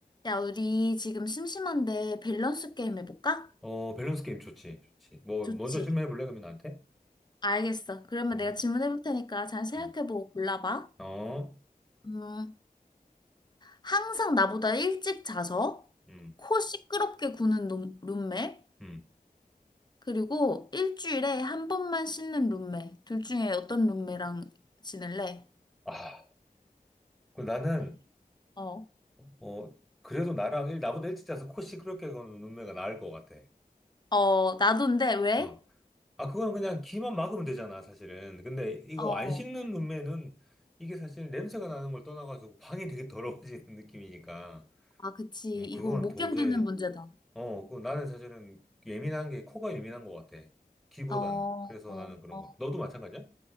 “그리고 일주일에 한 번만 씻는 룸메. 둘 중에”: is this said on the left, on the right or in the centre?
Left